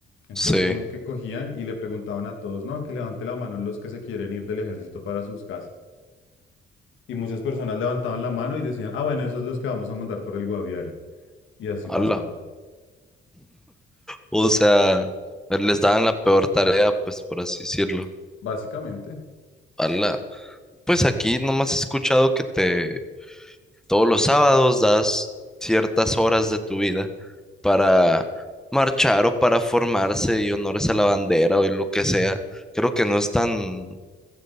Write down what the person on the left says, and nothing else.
Entonces,
como que cogían y le preguntaban a todos, no, que levante la mano los que se quieren ir del ejército para sus casas. Y muchas personas levantaban la mano y decían, ah, bueno, esos los que vamos a mandar por el Guaviare. Y así
pasaba,
básicamente.